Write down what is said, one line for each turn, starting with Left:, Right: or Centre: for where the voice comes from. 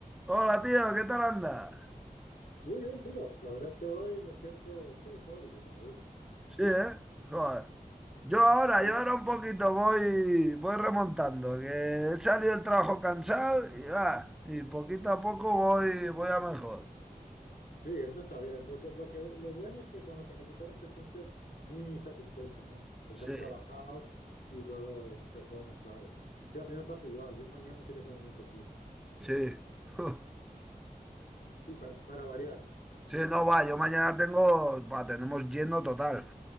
Centre: Hola tío, ¿qué tal andas?
Left: Muy bien, tío. La verdad es que hoy me siento pletórico, como dicen.
Centre: Sí, ¿eh? Joder. Yo ahora,
Left: Sí,
Centre: yo ahora un poquito voy, voy remontando, que he salido del trabajo cansado y va, y poquito a poco voy, voy a mejor.
Left: sí, eso está bien, porque lo que, lo bueno es que cuando te recuperas te sientes muy satisfecho, ¿no? Porque
Centre: Sí,
Left: has trabajado y luego repones, claro. Sí, a mí me pasa igual. Yo mañana sí que tengo mucho curro.
Centre: sí. <laughs>
Left: Sí, para, para variar.
Centre: Sí, no va, yo mañana tengo, va, tenemos lleno total.